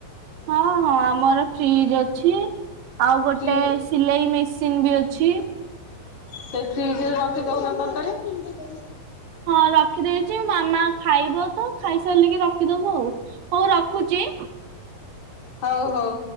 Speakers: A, on the right; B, on the left.
A: ହଁ-ହଁ ଆମର ଫ୍ରିଜ୍ ଅଛି। ଆଉ ଗୋଟେ
B: ଫ୍ରି
A: ସିଲେଇ ମେସିନ୍ ବି ଅଛି।
B: ସେଇ ଫ୍ରିଜରେ ରଖିଦଉନ ତରକାରୀ?
A: ହଁ ରଖିଦେଇଛି ମାମା ଖାଇବ ତ ଖାଇସାରିଲିକି ରଖିଦବ ଆଉ। ହଉ ରଖୁଛି।
B: ହଉ ହଉ।